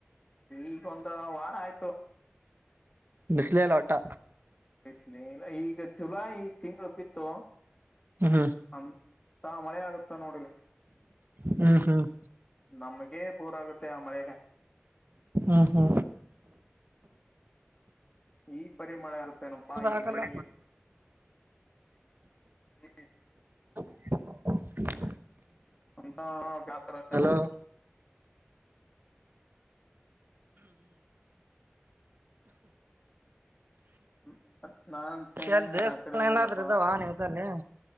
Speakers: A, on the left; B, on the right.
A: ಈಗ ಒಂದ್ ವಾರ ಆಯ್ತು.
B: ಬಿಸ್ಲೆಯಿಲ್ಲ ಒಟ್ಟ.
A: ಬಿಸ್ಲಿ ಇಲ್ಲ ಈಗ ಜುಲೈ ತಿಂಗಳು ಬಿತ್ತು.
B: ಹ್ಮ್
A: ಅಂತ ಮಳೆ ಆಗುತ್ತ ನೋಡಿಲಿ.
B: ಹ್ಮ್ ಹ್ಮ್
A: ನಮ್ಗೆ ಪೂರ ಆಗುತ್ತೆ ಆ ಮಳೆಗೆ.
B: ಹಾ ಹಾ.
A: ಈ ಪರಿ ಮಳೆ ಇರುತ್ತೇನಪ್ಪಾ ಇಲ್ಲಿ.
B: ಆಗಲ್ಲ.
A: <unintelligible>
B: <inaudible>
A: ಅಂತ. ಆಗ್ತ
B: ಹಲೋ.
A: ನಮಗೆ ಹ್ಮ. ನಾ ಅಂತೇನೆ
B: ಎಲ್ಲಿ ದೇವಸ್ಥಾನ
A: ಆ ಕಡೆ ಹೋಗಪ್ಪಾ.
B: ಏನಾದ್ರೂ ಇದಾವ ನಿಮ್ಮಲ್ಲಿ